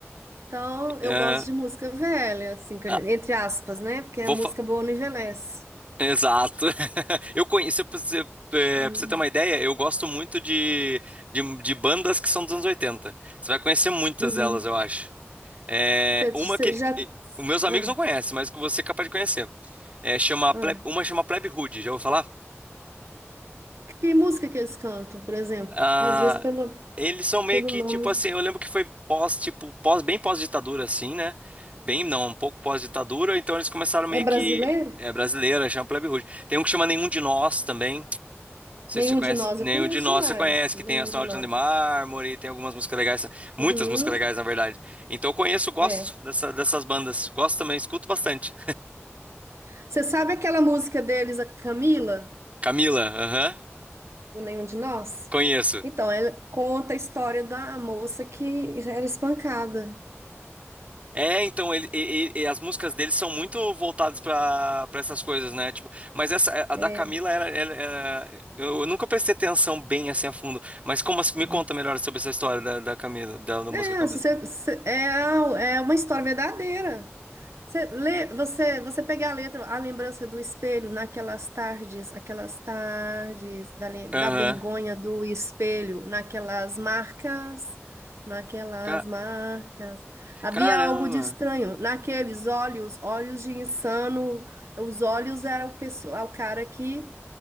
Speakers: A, on the right; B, on the right.
A: Então, eu
B: É,
A: gosto de música velha, assim, que-
B: ah,
A: entre aspas, né? Porque
B: vou
A: a música
B: fa-
A: boa não envelhece.
B: Exato. <laughs> Eu conheço, pra você, é,
A: Hum,
B: pra você ter uma ideia, eu gosto muito de, de, de bandas que são dos anos oitenta Você vai conhecer muitas
A: Uhum.
B: delas, eu acho. É,
A: Você
B: uma
A: você
B: que.
A: já
B: e- Os meus amigos
A: ah,
B: não conhecem, mas que você é capaz de conhecer. É, chama
A: ah.
B: Pleb- uma chama Plebe Hood, já vou falar?
A: Que música que eles cantam, por exemplo?
B: Ah,
A: Que às vezes pelo
B: eles são meio
A: pelo
B: que
A: nome
B: tipo assim, eu lembro que foi pós, tipo, pós, bem pós-ditadura assim, né? Bem, não, um pouco pós-ditadura, então eles começaram meio
A: é brasileiro?
B: que é brasileira, chama Plebe Rude. Tem um que chama Nenhum de Nós também. Não sei
A: Nenhum
B: se você conhece,
A: de nós
B: Nenhum
A: eu conheço
B: de Nós
A: demais,
B: você conhece, que
A: nenhum
B: tem Astronauta
A: de nós.
B: de Mármore, tem algumas músicas legais, muitas
A: Uhum.
B: músicas legais na verdade. Então eu conheço, gosto
A: É.
B: dessa- dessas bandas, gosto também, escuto bastante.
A: Você sabe aquela música deles, a Camila,
B: Camila, aham,
A: do Nenhum de Nós?
B: conheço.
A: Então, ela conta a história da moça que era espancada.
B: É, então ele, e- e- e as músicas dele são muito voltadas para para essas coisas, né? Tipo, mas essa é, a
A: É,
B: da Camila era, era- era- eu nunca prestei atenção bem assim a fundo. Mas como assim-
A: É.
B: me conta melhor sobre essa história da, da Camila, da, da música
A: É,
B: Camila?
A: se você, se- é, a- é uma história verdadeira. Você, lê, você, você pega a letra, a lembrança do espelho naquelas tardes, aquelas tardes da, lem-
B: Aham.
A: da vergonha do espelho, naquelas marcas, naquelas
B: Ca-
A: marcas. Havia
B: caramba.
A: algo de estranho naqueles olhos, olhos de insano. Os olhos eram o, pessoa, o cara que,